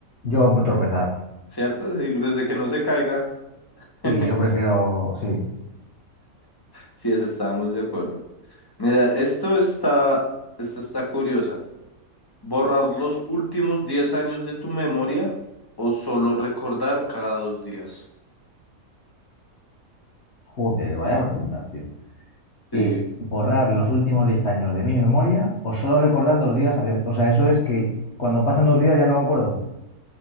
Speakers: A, on the left; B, on the left.
A: Yo tropezar.
B: ¿Cierto? Sí, desde que no se caiga. <laughs>
A: Sí, yo prefiero, sí.
B: Sí, eso estábamos de acuerdo. Mira, esto está, esta está curiosa. ¿Borrar los últimos 10 años de tu memoria o solo recordar cada dos días?
A: Joder, vaya preguntas, tío.
B: Sí,
A: Eh, ¿borrar los últimos 10 años de mi memoria o solo recordar dos días? a- O sea, eso es que cuando pasan dos días ya no me acuerdo.